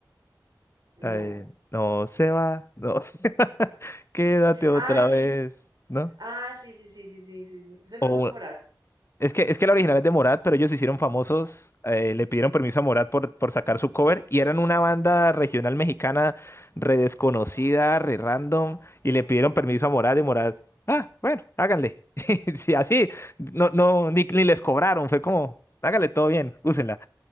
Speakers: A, on the right; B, on the left.
A: No.
B: La de, no se va, no se va, <laughs> quédate otra
A: Ah, sí.
B: vez, ¿no?
A: Ah, sí, sí, sí, sí, sí, sí, sí. Esos
B: O,
A: no son Morat.
B: Es que, es que la original es de Morat, pero ellos se hicieron famosos, eh, le pidieron permiso a Morat por, por sacar su cover y eran una banda regional mexicana re desconocida, re random, y le pidieron permiso a Morat y Morat, ah, bueno, háganle. <laughs> Sí, así, no, no, ni, ni les cobraron, fue como, háganle todo bien, úsenla.